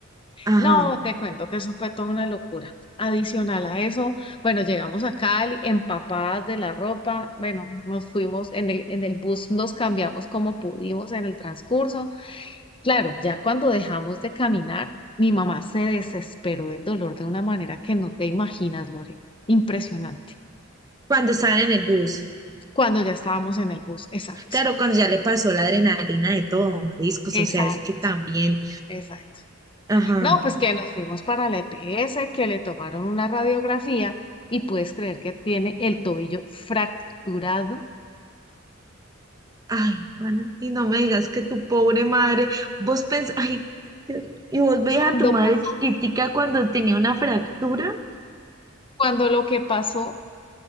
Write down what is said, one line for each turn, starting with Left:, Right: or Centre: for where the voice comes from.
Right: Ajá,
Left: No, te cuento que eso fue toda una locura. Adicional a eso, bueno, llegamos a Cali empapadas de la ropa, bueno, nos fuimos en el, en el bus, nos cambiamos como pudimos en el transcurso. Claro, ya cuando dejamos de caminar, mi mamá se desesperó del dolor de una manera que no te imaginas, Lore. Impresionante.
Right: cuando estaban en el bus.
Left: Cuando ya estábamos en el bus, exacto,
Right: Claro, cuando ya le pasó la adrenalina de todo, mariscos,
Left: exacto,
Right: o sea, es que también,
Left: exacto.
Right: ajá,
Left: No, pues que nos fuimos para la EPS, que le tomaron una radiografía y puedes creer que tiene el tobillo fracturado
Right: ay, pana, y no me digas que tu pobre madre, vos pensás, ay, Dios mío, y vos veías
Left: cuando,
Right: a tu madre
Left: pa-
Right: chiquitica cuando tenía una fractura,
Left: cuando lo que pasó